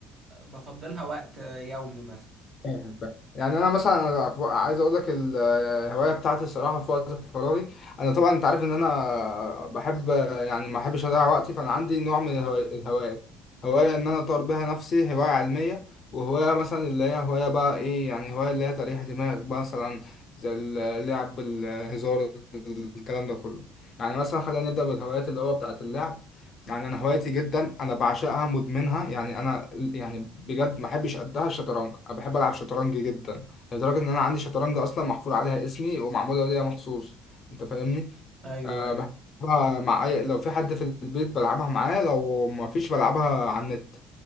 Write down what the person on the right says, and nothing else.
بفضلها وقت آه، يومي مثلا
ايوه
ايوه